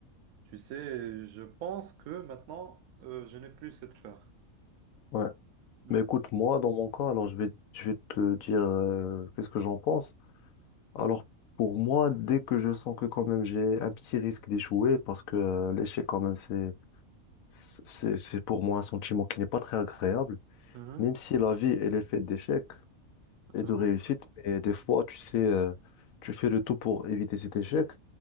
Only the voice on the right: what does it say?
tu sais, je pense que maintenant, euh, je n'ai plus cette peur.
Mhm.
Mhm.
Mhm,